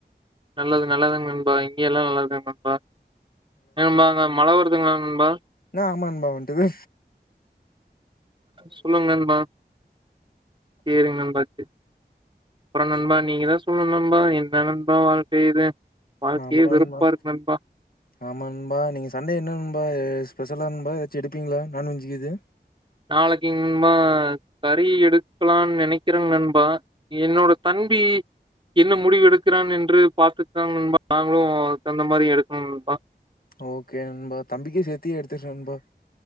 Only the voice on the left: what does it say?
அ ஆமா நண்பா வன்ட்டுது
ஆமா நண்பா
ஆமா நண்பா நீங்க சண்டே என்ன நண்பா ஏ ஸ்பெஷலாண்பா ஏதாச்சு எடுப்பீங்ளா நான்வெஜ் இது
ஓகே நண்பா தம்பிக்கு சேத்தியே எடுத்துரு நண்பா